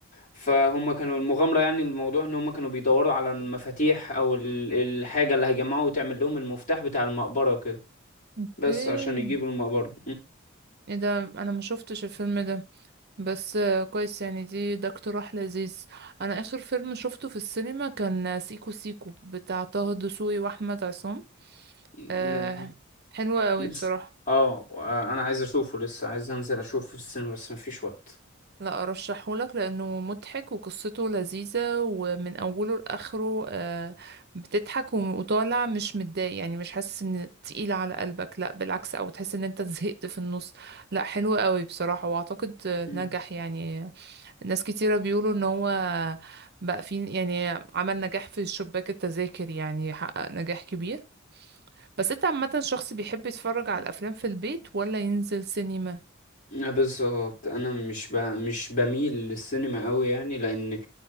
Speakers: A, on the left; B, on the right.
A: فهم كانوا المغامرة يعني الموضوع ان هم كانوا بيدوروا على المفاتيح او ال- الحاجة اللي هيجمعوا وتعمل لهم المفتاح بتاع المقبرة وكده
B: اوكي
A: بس عشان يجيبوا المقبرة
B: ايه ده انا ما شفتش الفيلم ده بس آه، كويس يعني دي ده اقتراح لذيذ انا اخر فيلم شفته في السينما كان آه، سيكو سيكو بتاع طه دسوقي واحمد عصام
A: ن-
B: أه حلو قوي
A: لسه
B: بصراحة
A: اه انا عايز اشوفه لسه عايز انزل اشوفه في السينما بس مفيش وقت
B: لا ارشحهولك لانه مضحك وقصته لذيذة ومن اوله لاخره أه بتضحك وطالع مش متضايق يعني مش حاسس ان تقيل على قلبك لا بالعكس او تحس ان انت زهقت في النص لا حلو قوي بصراحة واعتقد آه،
A: مم.
B: نجح يعني ناس كتيرة بيقولوا ان هو بقى في يعني عمل نجاح في شباك التذاكر يعني حقق نجاح كبير بس انت عامة شخص بيحب يتفرج على الافلام في البيت ولا ينزل سينما
A: آه، بالظبط انا مش ب... مش بميل للسينما قوي يعني لان